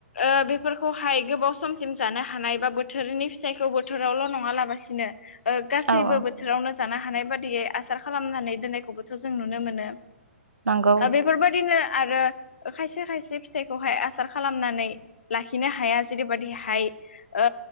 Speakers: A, on the left; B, on the right.
A: ओ बेफोरखौहाय गोबाव समसिम जानो हानाय बा बोथोरनि फिथाइ बोथोरावल' नङालाबसिनो ओ गासैबो
B: औ औ
A: बोथोरावनो जानो हानाय बादियै आसार खालामनानै दोननायखौबोथ' जों नुनो मोनो
B: नंगौ
A: बेफोरबादिनो आरो खायसे खायसे फिथाइखौहाय आसार खालामनानै लाखिनो हाया जेरैबायदि हाय ओ